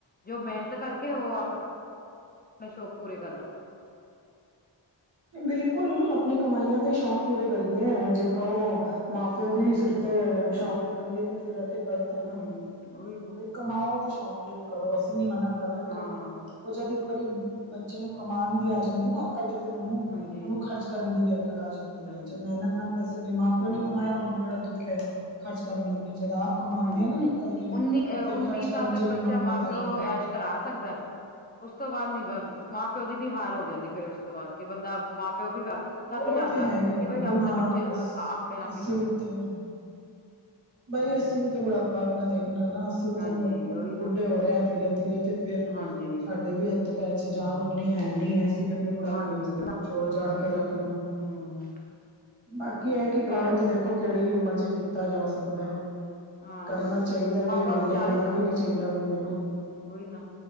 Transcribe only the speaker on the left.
ਜੋ ਮਿਹਨਤ ਕਰਕੇ, ਉਹ ਆਪਣਾ ਆਪਣੇ ਸ਼ੌਕ ਪੂਰੇ ਕਰਦਾ
ਹਮ
ਹਮ
ਹਮ ਉਹੀ ਨਾ
ਹਾਂ
ਹਾਂਜੀ
ਹਾਂਜੀ
ਹਾਂਜੀ
ਹਾਂਜੀ
ਉੱਨੀ ਅ
ਉੱਨੀ
ਵੀਹ
ਸਾਲ ਤੱਕ
ਬੱਚਾ
ਮਾਂ ਪਿਓ
ਐਸ਼ ਕਰਾ ਸਕਦਾ ਏ। ਉਸ ਤੋਂ ਬਾਅਦ ਨੀ ਮਾਂ ਪਿਓ ਦੀ ਵੀ ਹਾਰ ਹੋ ਜਾਂਦੀ, ਫੇਰ ਉਸ ਤੋਂ ਬਾਅਦ ਕੇ ਬੰਦਾ ਮਾਂ ਪਿਓ ਵੀ
ਤੱਖ ਜਾਂਦਾ
ਕਿ
ਬਾਈ, ਆਪਦੇ
ਬੱਚੇ
ਆਪਣੇ ਆਪ
ਹੀ ਕਰੋ।।
ਹਮ
ਹਾਂਜੀ
ਉਹੀ ਨਾ
ਹਾਂਜੀ
ਹਾਂਜੀ
ਹਮ
ਫੇਰ
ਹਾਂਜੀ
ਮਾਂ
ਬਾਪ
ਚਾਲੀ
ਹਮ
ਉਹੀ ਨਾ